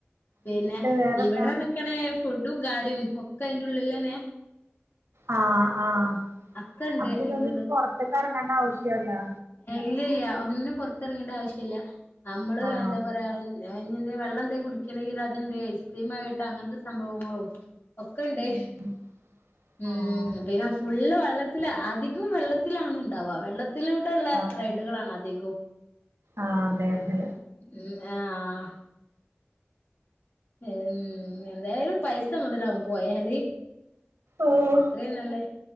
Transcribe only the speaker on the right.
എന്നിട്ട് വേറെന്താ
ആഹ് ആഹ്
അപ്പൊ പിന്നെ
ഒന്നിനും പൊറത്ത്ക്ക് എറെങ്ങെണ്ട ആവശ്യാെല്ലാ
ആഹ്
ഉം
ആഹ്
ആഹ്
ആഹ് അതെ അതെ
ഓഹ്